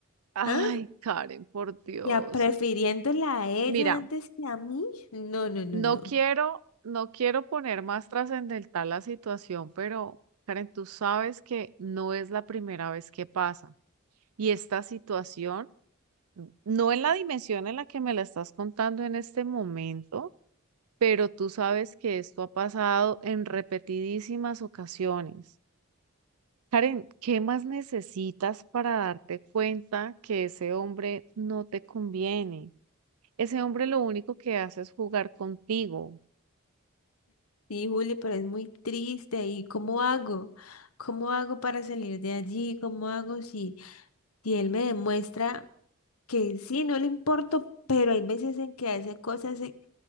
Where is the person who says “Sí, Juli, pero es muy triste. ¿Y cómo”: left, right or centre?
Left